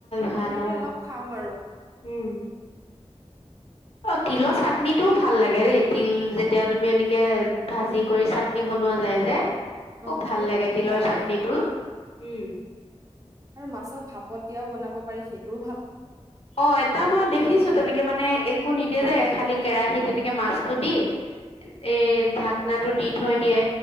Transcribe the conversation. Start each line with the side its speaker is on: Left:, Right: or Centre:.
Left: ভাল
Right: তেনেকে
Left: অ
Right: অলপ খাও আৰু।
Left: উম অ তিলৰ চাটনিটোও ভাল লাগে দেই তিল যেতিয়া তুমি এনে, এনেকে ভাজি
Right: উম
Left: কৰি চাটনি বনোৱা যায়, <unintelligible> খুব
Right: অ
Left: ভাল
Right: সেইটোও
Left: লাগে
Right: ধুনীয়া
Left: তিলৰ
Right: লাগে
Left: চাটনিটো উম
Right: আৰু মাছত ভাপত দিয়াও বনাব, পাৰি সেইটো,
Left: অ এটা মই দেখিছো তেনেকে মানে একো নিদেয়ে যে খালী। কেৰাহীত তেনেকে মাছটো দি।
Right: উম
Left: এ ঢাকনা, টো দি থৈ দিয়ে